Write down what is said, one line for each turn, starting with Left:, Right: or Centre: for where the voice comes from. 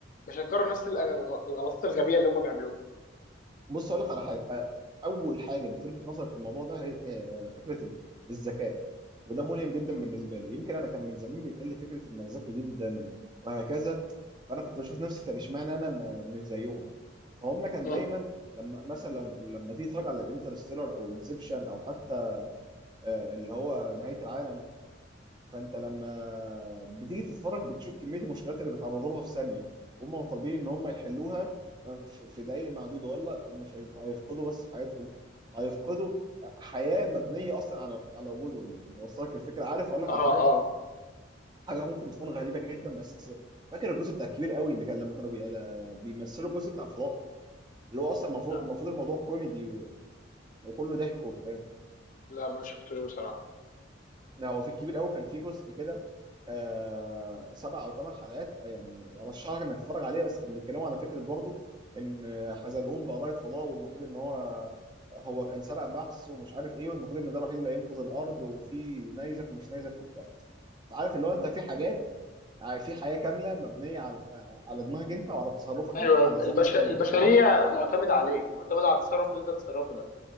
Left: مش هتكرر نفس الأغ- الغلطات الغبيه اللي هم بيعملوها
Right: بص اقول لك على حاجه آه، اول حاجه بتلفت نظري في الموضوع ده هي آه، فكره ال- الذكاء وده ملهم جدا
Left: مم.
Right: بالنسبه لي يمكن انا كان من زمان بيتقال لي فكره انك ذكي جدا و- وهكذا فانا كنت بشوف نفسي طب اشمعنى انا م- مش زيهم فهم كان
Left: مم.
Right: دايما لما مثلا لما تيجي تتفرج على انترستيلر او انسبشن او حتى آه، اللي هو نهايه العالم فانت لما بتيجي تتفرج بتشوف كميه المشكلات اللي بيتعرضوا لها في ثانيه هم طالبين ان هم يحلوها في في دقائق معدوده ولا مش هيبقى- هيفقدوا بس حياتهم هيفقدوا حياه مبنيه اصلا على على وجودهم يعني وصلك الفكره عارف اقول لك
Left: اه
Right: على حاجه
Left: اه
Right: حاجه ممكن تكون غريبه جدا بس فاكر الجزء بتاع الكبير قوي اللي كان لما كانوا بي- آه، بيمثلوا الجزء بتاع الفضاء اللي هو اصلا المفروض
Left: لا
Right: المفروض الموضوع كوميدي وكله ضحك وبتاع
Left: لا ما شفتوش بصراحه
Right: هو في الكبير قوي كان في جزء كده آه سبع او ثمان حلقات آه، يعني ارشحك انك تتفرج عليه بس كان بيتكلموا على فكره برضو ان حزلقوم بقى رائد فضاء والمفروض ان هو هو كان سرق بحث ومش عارف ايه والمفروض ان ده الوحيد اللي هينقذ الارض وفي نيزك ومش نيزك وبتاع فعارف اللي هو انت في حاجات في حياه كامله مبنيه على آه، على دماغك انت وعلى تصرفك
Left: ايوه
Right: انت وعلى
Left: البش...
Right: ذكائك
Left: البشريه
Right: انت فاهم
Left: معتمده عليك معتمده على التصرف اللي انت بتتصرفه ده